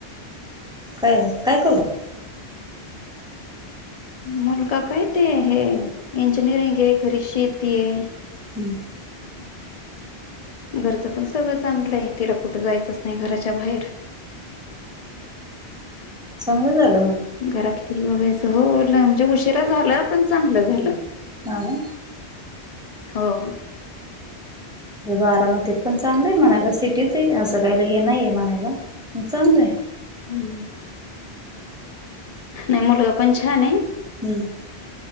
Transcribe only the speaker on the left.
मुलगा काय ते हे इंजिनिअरिंग ये घरी शेती ये.
घरचं पण सगळं चांगलंय तिला कुठं जायचंच नाही घराच्या बाहेर <unintelligible>
घरातलं बघायचं हो लांब म्हणजे उशिरा झाल पण चांगलं झालं.
हो.
हम्म. नाही मुलगा पण छान आहे.